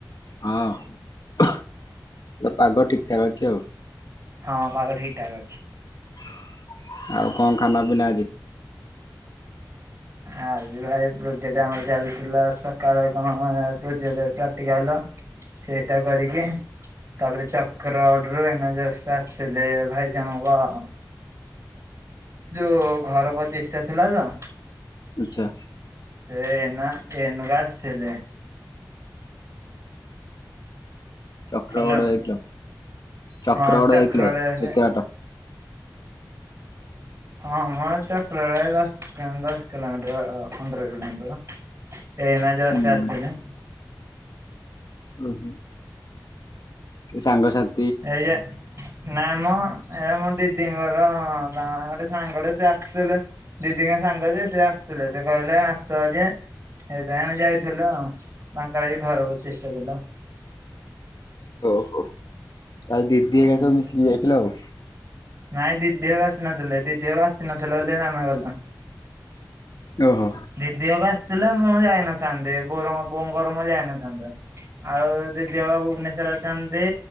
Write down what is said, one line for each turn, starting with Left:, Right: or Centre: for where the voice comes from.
Left: ହଁ। ପାଗ ଠିକ୍। <unintelligible>
Right: ହଁ ପାଗ ଠିକ ଠାକ୍ ଅଛି।
Left: <inaudible> ଆଉ କଣ ଖାନା ପିନା ଆଜି।
Right: ଆଜି ଭାଇ ପ୍ରଜେକ୍ଟ ଆମର ଚାଲିଥିଲା, ସକାଳେ କଣ ପ୍ରଜେକ୍ଟ ପ୍ରାକ୍ଟିକାଲ ସେଇଟା କରିକି ତାପରେ ଚକ୍ର ଅଡରେ ଏଇନା ଜଷ୍ଟ ଆସିଲି ଭାଇ ଜମକ ଯୋଉ ଘର ପ୍ରତିଷ୍ଠା ଥିଲା ତ।
Left: <unintelligible>
Right: ସେ ନା ଅନଙ୍କ ଆସିଲେ।
Left: ଚକ୍ର
Right: ହ୍ୟାଲୋ
Left: ଗଡ଼ ଯାଇଥିଲ ଚକ୍ର
Right: ହଁ
Left: ଗଡ଼
Right: ଚକ୍ରଡ
Left: ଯାଇଥିଲ, ଏତେ ବାଟ।
Right: ହଁ <unintelligible> ଦଶ କିଲୋମିଟର ପନ୍ଦର କିଲୋମିଟର। ଏଇନା ଜଷ୍ଟ
Left: ହୁଁ
Right: ଆସିଲେ।
Left: <unintelligible> ସାଙ୍ଗ ସାଥୀ।
Right: ଏଇଯେ ନାଇଁ ମୋ ଏ ମୋ ଦିଦିଙ୍କର <unintelligible> ସାଙ୍ଗଟେ ସେ ଆସୁଥିଲେ ଦିଦିଙ୍କ ସାଙ୍ଗ ଯେ ସେ ଆସିଥିଲେ ସେ କହିଲେ ଆସ ଯେ ସେ ସେଇଥି ପାଇଁ ଆମେ ଯାଇଥିଲୁ ଆଉ ତାଙ୍କରି ଘର ପ୍ରତିଷ୍ଠା ଦିନ।
Left: ଓହୋ ତା ଦିଦି
Right: ହୁଁ
Left: ଏଗା ସବୁ ମିଶିକି ଯାଇଥିଲ ଆଉ ।
Right: ନାଇଁ ଦିଦିହଗା ଆସିନଥିଲେ ଦିଦିହଗା ଆସିନଥିଲେ ବୋଲି ଆମେ ଗଲୁ।
Left: ଓହୋ
Right: ଦିଦି ହଗା <unintelligible> ମୁଁ ଯାଇନଥାନ୍ତି ବଉ ର ବୋଉଙ୍କର ମୋର ଯାଇନଥା ନ୍ତୀ । <unintelligible> ଆଉ ଦିଦି ଗା ଭୁବନେଶ୍ୱରେ ଅଛନ୍ତି